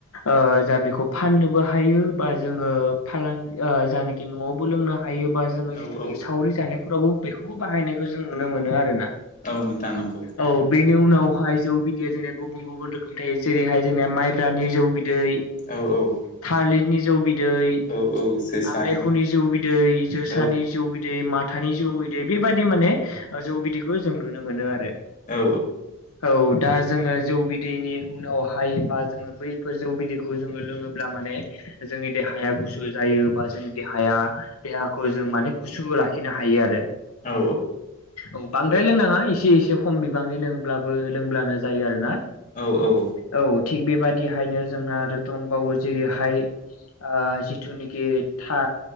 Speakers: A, on the left; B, on the left.
A: ओ जा बेखौ फाननोबो हायो बा जोङो फालांगि जायानाखि न'आवबो लोंनो बाहायोबा जोङो
B: औ
A: जिथुनिखि
B: औ
A: सावरि जानायफोरावबो बेखौबो बाहायनायखौ जों नुनो मोनो आरो ना
B: औ नोंथां नंगौ।
A: औ बेनि उनावहाय जौ बिदैया जोंनिया गुबुन गुबुन रोखोम थायो जेरैहाय जोंनिया माइब्रानि जौ बिदै।
B: औ औ।
A: थालिरनि जौ बिदै,
B: औ औ जोसानि
A: आमलेखुनि जौ बिदै, जोसानि
B: औ
A: जौ बिदै दै माथानि जौ बिदै बेबायादि माने जौ बिदैखौ जों नुनो मोनो आरो।
B: औ
A: औ दा जोङो जौ बिदैनि उनावहाय बा जोङो बैफोर जौगददिखौ जोङो लोङोब्ला माने जोंनि देहाया गुसु जायो बा जोंनि देहाया देहाखौ जों माने गुसु लाखिनो हायो आरो
B: औ।
A: औ बांद्राय लोंनाङा एसे एसे खम बिबांनि लोंब्लाबो लोंब्लानो जायो आरो ना।
B: औ औ।
A: औ थिग बेबाददिहायनो जोंना आरो दंबावो जेरैहाय आ जिथु निखि था